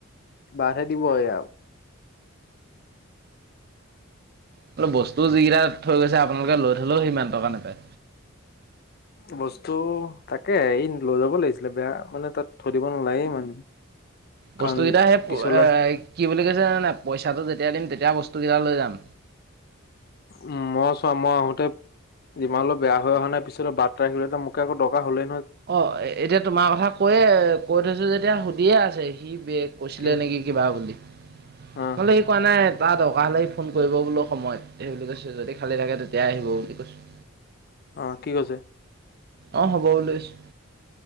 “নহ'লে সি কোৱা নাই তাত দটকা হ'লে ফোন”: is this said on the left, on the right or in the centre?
Right